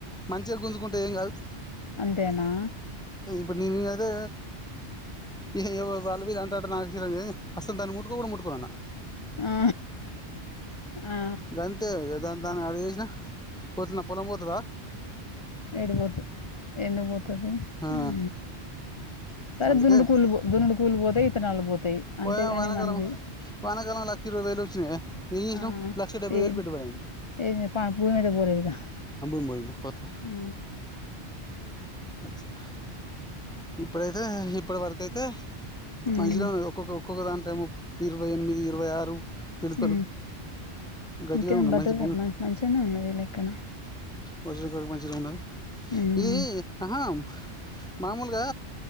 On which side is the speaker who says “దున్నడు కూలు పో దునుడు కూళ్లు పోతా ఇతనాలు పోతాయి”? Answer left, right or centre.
Left